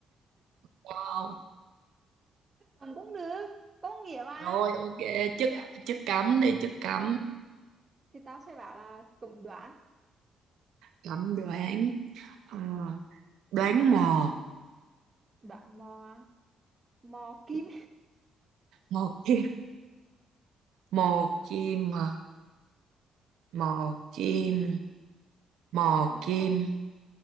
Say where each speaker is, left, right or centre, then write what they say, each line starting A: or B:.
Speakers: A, on the right; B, on the right.
A: wow.
B: chồng cũng được có nghĩa mà
A: rồi ok chất chất cấm đi chất cấm
B: thì tao sẽ bảo là cũng đoán
A: cấm đoán Ờ, đoán mò
B: đoán mò mò kim
A: mò kim mò kim à, mò kim
B: ừ cô
A: mò
B: đoán ra được
A: kim
B: không